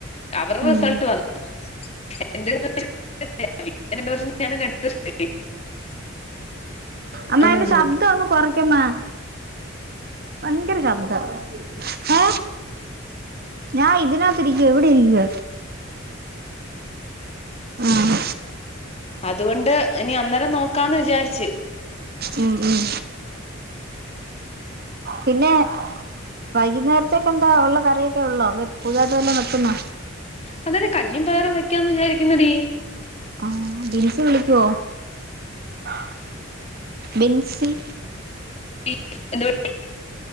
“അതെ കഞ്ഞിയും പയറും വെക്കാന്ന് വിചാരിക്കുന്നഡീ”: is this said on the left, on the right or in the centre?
Left